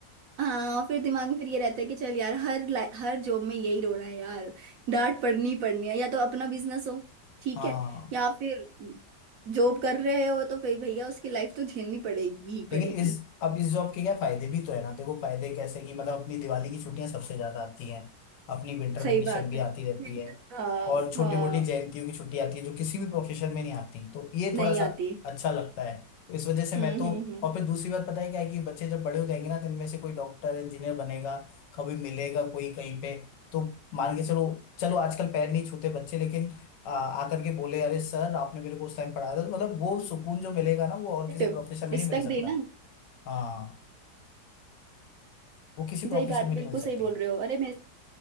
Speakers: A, on the right; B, on the left.
A: हाँ और फिर दिमाग में फिर ये रहता है कि चल यार हर ला- हर जॉब में यही रोना है यार डांट पड़नी ही पड़नी है या तो अपना बिजनेस हो ठीक
B: हाँ
A: है या फिर जॉब कर रहे हो तो फिर भैया उसकी लाइफ तो झेलनी पड़ेगी ही पड़ेगी
B: लेकिन इस अब इस जॉब के क्या फायदे भी तो है ना देखो फायदे कैसे कि मतलब अपनी दिवाली की छुट्टियां सबसे ज्यादा आती हैं अपनी विंटर
A: सही
B: वेकेशन
A: बात
B: भी
A: है
B: आती रहती
A: <laughs>
B: है
A: हाँ
B: और छोटी
A: हाँ
B: मोटी जयंतियों की छुट्टी आती है जो किसी भी प्रोफेशन में नहीं आती तो ये
A: नहीं
B: थोड़ा सा
A: आती
B: अच्छा लगता है तो इस वजह से
A: हम्म
B: मैं तो
A: हम्म हम्म
B: और फिर दूसरी बात पता है क्या है कि बच्चे जब बड़े हो जाएंगे ना तो इनमें से कोई डॉक्टर इंजीनियर बनेगा कभी मिलेगा कोई कहीं पे तो मान के चलो चलो आजकल पैर नहीं छूते बच्चे लेकिन आ, आकर के बोले अरे सर आपने मेरे को उस टाइम पढ़ाया था तो मतलब वो सुकून जो मिलेगा ना वो और
A: रिस्पेक्ट
B: किसी प्रोफेशन में
A: रिस्पेक्ट
B: नहीं मिल सकता
A: देना
B: हाँ वो किसी प्रोफेशन
A: सही बात
B: में नहीं
A: बिल्कुल
B: मिल सकती
A: सही बोल रहे हो अरे मेरे